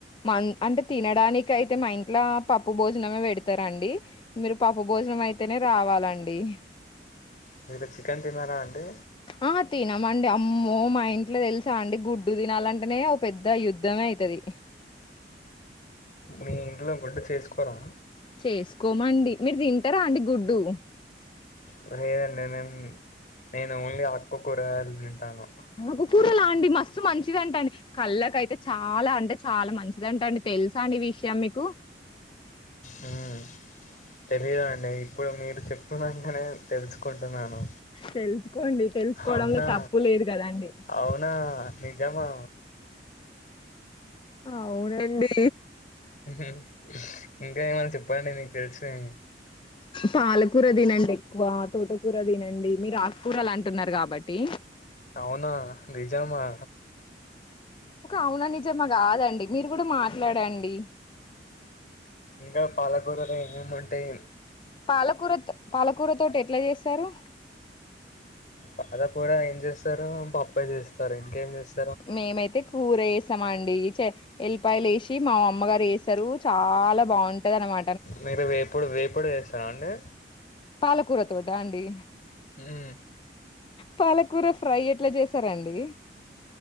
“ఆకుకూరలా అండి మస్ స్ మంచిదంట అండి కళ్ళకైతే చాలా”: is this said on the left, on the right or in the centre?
Left